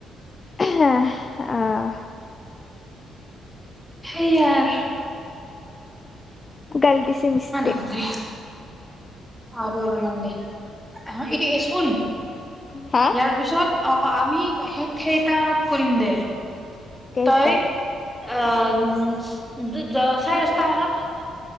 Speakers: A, on the left (about 35°); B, in the centre.
A: আহ আহ
B: হেইয়াই
A: গলদিছে মিছতেক
B: হ'ল দে আৰু অলপমান দে এইটো এচোন ইয়াৰ
A: হা
B: পিছত অ আমি সেইটানত কৰিম দে
A: কেইটা
B: তই অ উ দ চাৰে দস্তা মানত